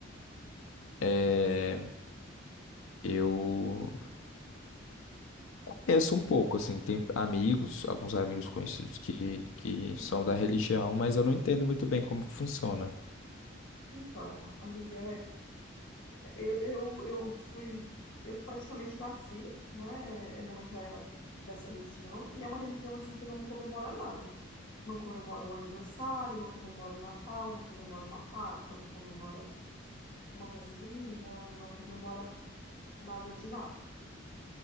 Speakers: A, on the left; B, on the left.
A: É, eu conheço um pouco, assim. Tem amigos, alguns amigos conhecidos que, que
B: Entendi.
A: são da religião, mas eu não entendo muito bem como funciona.
B: Então, amiga, é Eu, eu, eu fui, eu praticamente nasci, né? é, Minha mãe já era dessa religião, e é uma religião assim que não comemora nada. Não comemora um aniversário, não comemora um Natal, não comemora uma Páscoa, não comemora uma festa junina, não comemora nada de nada.